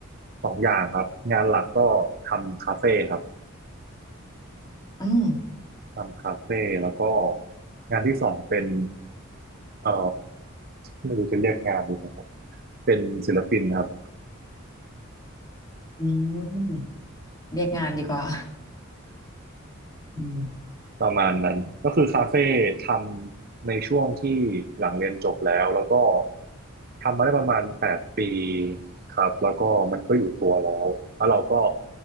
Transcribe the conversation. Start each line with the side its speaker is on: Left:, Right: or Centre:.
Right: สองอย่างครับงานหลักก็ทำคาเฟ่ครับ
Left: อืม
Right: ทำคาเฟ่แล้วก็งานที่สองเป็นเอ่อไม่รู้จะเรียกงานยังไงครับเป็นศิลปินครับ
Left: อืม เรียกงานดีกว่าอืม
Right: ประมาณนั้นก็คือคาเฟ่ทำในช่วงที่หลังเรียนจบแล้วแล้วก็ทำมาได้ประมาณแปดปีครับแล้วก็มันก็อยู่ตัวแล้วแล้วเราก็